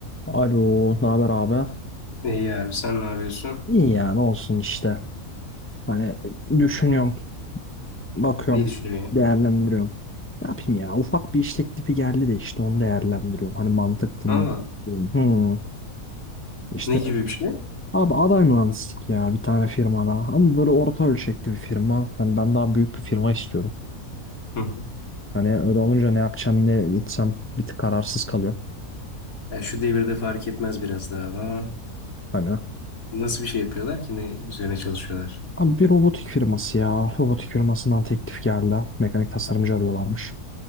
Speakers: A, on the left; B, on the left.
A: Alo, ne haber abi?
B: İyi abi sen ne yapıyorsun?
A: İyi yani ne olsun işte. Hani düşünüyorum, bakıyorum,
B: Neyi düşünüyorsun ya?
A: değerlendiriyorum. Ne yapayım ya? Ufak bir iş teklifi geldi de işte onu değerlendiriyorum. Hani mantıklı
B: Aa,
A: mı? Hmm. Hmm. İşte
B: ne gibi bir şey?
A: abi aday mühendislik ya bir tane firmada. Ama böyle orta ölçekli bir firma. Hani ben daha büyük bir firma istiyorum.
B: Hı hı.
A: Hani öyle olunca ne yapacağım ne gitsem bir tık kararsız kalıyorum.
B: Ya şu devirde fark etmez biraz daha ama
A: Hani
B: nasıl bir şey yapıyorlar ki ne üzerine çalışıyorlar?
A: abi bir robotik firması ya. Robotik firmasından teklif geldi. Mekanik tasarımcı arıyorlarmış.